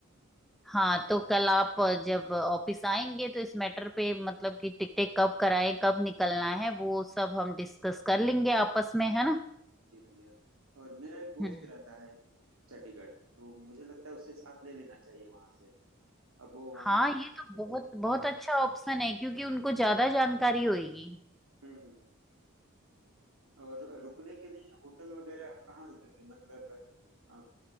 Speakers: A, in the centre; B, on the right.
A: हाँ तो कल आप जब ऑफिस आएंगे तो इस मैटर पे मतलब कि टिकटें कब कराएं कब निकलना है वो सब हम डिस्कस कर लेंगे आपस में है ना
B: जी हाँ जी हाँ और मेरा एक दोस्त
A: हम्म
B: रहता है चंडीगढ़ में तो मुझे लगता है उससे साथ ले लेना चाहिए वहां से अब वो वहां
A: हाँ
B: का
A: ये तो
B: लोकल
A: बहुत
B: चीजें
A: बहुत
B: पता
A: अच्छा ऑप्शन है क्योंकि उनको ज्यादा जानकारी होगी
B: हम्म हम्म और रुकने के लिए होटल वगैरह आप कहाँ रुकेंगे मतलब अ,